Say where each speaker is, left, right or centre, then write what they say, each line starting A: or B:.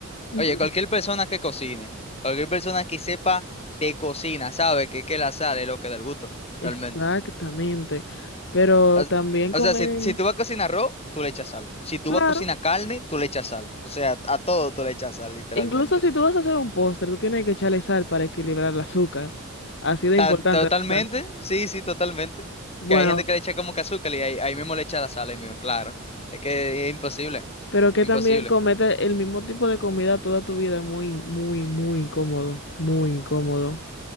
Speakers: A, on the left (about 60°); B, on the left (about 30°).
A: Ujú.
B: Oye, cualquier persona que cocine, cualquier persona que sepa de cocina, sabe que, que la sal es lo que da el gusto,
A: Exactamente.
B: realmente.
A: Pero
B: As-
A: también comer,
B: O sea, si, si tú vas a cocinar arroz, tú le echas sal. Si tú
A: claro.
B: vas a cocinar carne, tú le echas sal. O sea, a todo tú le echas sal, literalmente.
A: Incluso si tú vas a hacer un postre, tú tienes que echarle sal para equilibrar el azúcar. Así de
B: Ta-
A: importante
B: totalmente,
A: la sal.
B: sí, sí, totalmente.
A: Bueno,
B: Que hay gente que le echa como que azúcar y ahí, ahí mismo le echa la sal, ahí mismo, claro. Es que es imposible,
A: pero que
B: imposible.
A: también comete el mismo tipo de comida toda tu vida es muy, muy, muy incómodo. Muy incómodo.